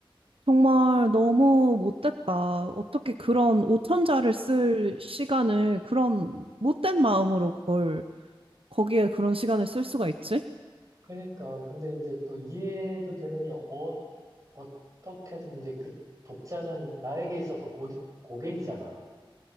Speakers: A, on the right; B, on the right.
A: 정말 너무 못됐다. 어떻게 그런 오천자를 쓸 시간을 그런 못된 마음으로 그걸 거기에 그런 시간을 쓸 수가 있지?
B: 그러니까 근데 이제 또 이해도 되는 게 어, 어떻게든 이제 그 독자는 나에게 있어서 고, 고객이잖아.